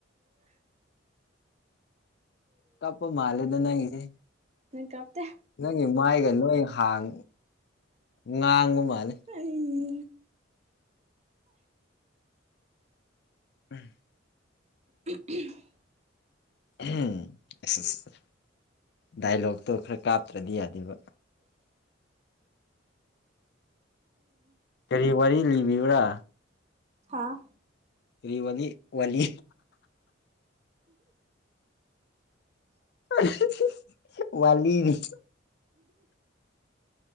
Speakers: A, on the left; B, on the right.
A: ꯀꯄ ꯃꯥꯜꯂꯦꯗ ꯅꯪꯒꯤꯖꯤ
B: ꯅꯪ ꯀꯞꯇꯦ
A: ꯅꯪꯒꯤ ꯃꯥꯏꯒ ꯂꯣꯏ ꯍꯥꯡ ꯉꯥꯡꯕ ꯃꯥꯜ
B: ꯑꯩ
A: ꯎꯝ
B: <unintelligible>
A: ꯎꯍꯝ ꯑꯁ ꯑꯁ ꯗꯥꯏꯂꯣꯛꯇꯣ ꯈꯔ ꯀꯥꯞꯇ꯭ꯔꯗꯤ ꯌꯥꯗꯦꯕ ꯀꯔꯤ ꯋꯥꯔꯤ ꯂꯤꯕꯤꯌꯨꯔꯥ
B: ꯍꯥꯥ
A: ꯀꯔꯤꯋꯥꯂꯤ ꯋꯥꯂꯤ <unintelligible> ꯋꯥꯂꯤꯅꯤ